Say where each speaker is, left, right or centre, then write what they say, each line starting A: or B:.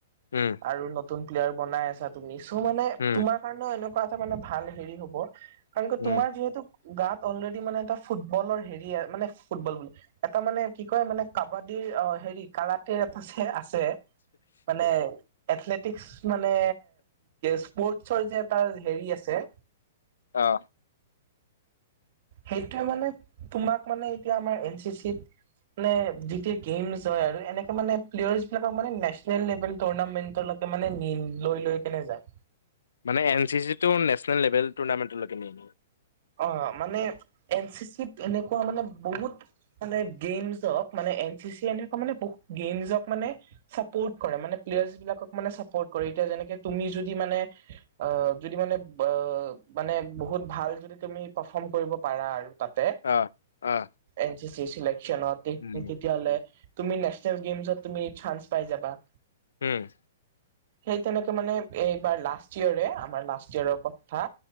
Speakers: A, on the left (about 70°); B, on the right (about 55°).
A: উম।
B: আৰু নতুন প্লেয়াৰ বনাই আছা তুমি চ' মানে
A: উম
B: তোমাক কাৰণ এনেকুৱা এটা মানে ভাল হেৰি হ'ব কাৰণ
A: উম
B: তোমাৰ যিহেতু গাত অলৰেডি মানে এটা ফুটবলৰ হেৰি মানে ফুটবল বোলে এটা মানে কি কয় মানে কাবাডীৰ অ' হেৰি কাৰাটেৰ আছে, আছে মানে এথলেটিকস মানে স্পৰ্টছৰ যে এটা হেৰি আছে।
A: অ
B: সেইটোৱে মানে তোমাক মানে এতিয়া আমাৰ এন চি চিত মানে যেতিয়া গেমছ হয় আৰু এনেকে মানে প্লেয়াৰ্চ বিলাকক মানে নেচনেল লেভেল টুৰ্ণামেন্টৰ লগত মানে নি লৈ লৈ কেনে যায়।
A: মানে এন চি চি টো নেনেল লেভেল টুৰ্নামেণ্টলৈকে নিয়ে
B: অ মানে এন চি চি ত এনেকুৱা মানে বহুত মানে গেমছক মানে এন চি এনেকুৱা মানে বহুত গেমজক মানে চাপ'ৰ্ট কৰে মানে প্লেয়াৰ্চ বিলাকক মানে চাপ'ৰ্ট কৰে এতিয়া যেনেকে তুমি যদি মানে অ যদি মানে অ মানে বহুত ভাল যদি তুমি প্ৰফম কৰিব পাৰা আৰু তাতে
A: অ অ
B: এন চি চি চিলেকচনত তেত
A: উম
B: তেতিয়াহলে তুমি নেশচনেল গেমছত তুমি চান্স পাই যাবা।
A: উম
B: সেই তেনেকে মানে এইবাৰ লাষ্ট ইয়েৰে আমাৰ লাষ্ট ইয়েৰৰ কথা।